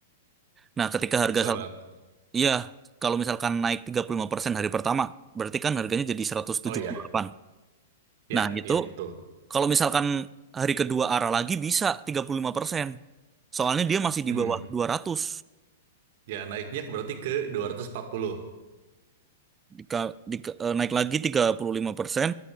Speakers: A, on the right; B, on the right.
A: Nah, ketika harga
B: seratus
A: Iya, kalau misalkan naik 35% hari pertama, berarti kan harganya jadi 178.
B: Oh iya, ya,
A: Nah, itu
B: ya, betul.
A: kalau misalkan hari kedua arah lagi bisa 35%. Soalnya dia masih
B: Hmm,
A: di bawah 200.
B: ya naiknya berarti ke dua ratus empat puluh
A: Dika, dika- eh, naik lagi 35%